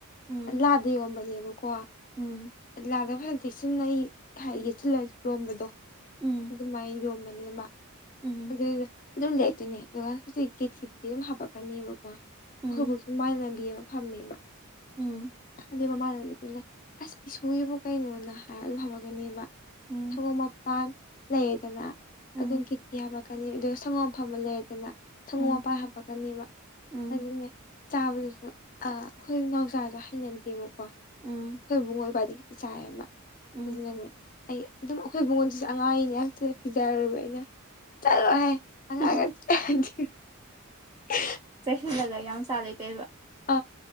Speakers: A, on the right; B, on the left.
A: ꯎꯝ
B: ꯂꯥꯗ ꯌꯣꯟꯕꯅꯦꯕꯀꯣ
A: ꯎꯝ
B: ꯂꯥꯗ ꯐꯩ ꯆꯦꯛꯁꯤꯟꯅ ꯑꯩ ꯌꯦꯁꯤꯜꯂ ꯌꯣꯝꯕꯗꯣ
A: ꯎꯝ
B: ꯑꯗꯨꯃꯥꯏꯅ ꯌꯣꯝꯕꯅꯦꯃ
A: ꯎꯝ
B: ꯑꯗꯨꯗ ꯑꯗꯨꯝ ꯂꯩꯇꯣꯏꯅꯦ ꯑꯗꯨꯒ ꯍꯧꯖꯤꯛ ꯀꯦꯊꯤꯗꯨꯗꯤ ꯑꯗꯨꯝ ꯍꯥꯄꯛꯀꯅꯤꯕꯀꯣ ꯑꯩꯈꯣꯏꯕꯨꯥꯎꯒꯤꯃꯥꯟ
A: ꯎꯝ
B: ꯂꯝꯕꯤ ꯑꯃ ꯐꯝꯃꯦꯕ
A: ꯎꯝ
B: ꯑꯗꯩ ꯃꯃꯥꯅꯤꯠꯇꯅꯦ ꯑꯁ ꯏꯁꯣꯔꯒꯤꯕ ꯀꯩꯅꯣꯅ ꯍꯥꯏꯔꯛ ꯑꯗꯨ ꯐꯝꯃꯒꯅꯦꯕ
A: ꯎꯝ ꯎꯝ
B: ꯁꯒꯣꯝ ꯃꯄꯥꯟ ꯂꯩꯌꯦꯗꯅ
A: ꯎꯝ
B: ꯑꯗꯨꯝ ꯀꯤꯊꯤ ꯍꯥꯂꯛꯀꯅꯤ ꯑꯗꯨ ꯁꯪꯒꯣꯝ ꯐꯃ ꯂꯩꯔꯗꯅ ꯁꯪꯒꯣꯝ
A: ꯎꯝ
B: ꯃꯄꯥ ꯍꯥꯄꯛꯀꯅꯦꯕ
A: ꯎꯝ
B: ꯑꯗꯨꯅꯦ ꯆꯥꯕꯗꯨꯁꯨ ꯑ ꯑꯩꯈꯣꯏ ꯅꯥꯎꯆꯥꯥꯁꯨ ꯍꯩꯅꯗꯦꯕꯀꯣ
A: ꯎꯝ
B: ꯑꯈꯣꯏ ꯏꯕꯨꯡ ꯏꯕꯥꯗꯤ ꯆꯥꯏ ꯑꯃ
A: ꯎꯝ
B: ꯗꯨꯅꯅꯦ ꯑꯩ ꯑꯗꯨꯝ ꯑꯩꯈꯣꯏ ꯏꯕꯨꯡꯉꯣꯟꯗꯨꯁꯨ ꯑꯉꯥꯡ ꯑꯅꯤ ꯌꯥꯝ ꯊꯤꯅ ꯄꯤꯖꯔꯕ ꯑꯩꯅ ꯆꯂꯣ ꯍꯥꯏ <unintelligible>
A: ꯎꯝ ꯊꯜꯂꯒ ꯌꯥꯝ ꯁꯥ ꯂꯩꯇꯩꯕ
B: ꯑ